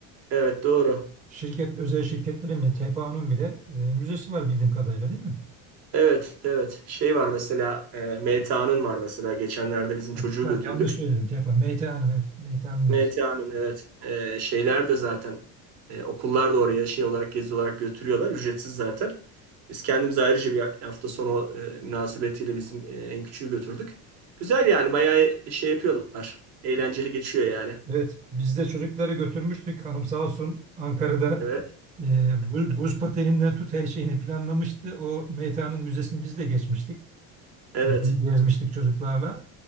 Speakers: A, on the right (about 70°); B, on the right (about 20°).
A: evet doğru.
B: Şirket, özel şirketlerin ve TPA'nın bile e, müzesi var bildiğim kadarıyla değil mi?
A: Evet, evet. Şey var mesela e, MTA'nın var mesela. Geçenlerde bizim
B: Ha,
A: çocuğu
B: Tabii
A: götürdük.
B: yanlış söyledim TPA, MTA'nın evet, MTA'nın müzesi.
A: MTA'nın evet. E, şeyler de zaten e, okullar da oraya şey olarak gezi olarak götürüyorlar. Ücretsiz zaten. Biz kendimiz ayrıca bir hafta sonu e, münasebetiyle bizim e, en küçüğü götürdük. Güzel yani bayağı şey yapıyorlar. Eğlenceli geçiyor yani.
B: Evet, biz de çocukları götürmüştük. Hanım sağ olsun Ankara'da
A: Evet,
B: e, buz, buz pateninden tut her şeyini planlamıştı. O Meytan'ın müzesini biz de geçmiştik.
A: evet,
B: E, gezmiştik çocuklarla.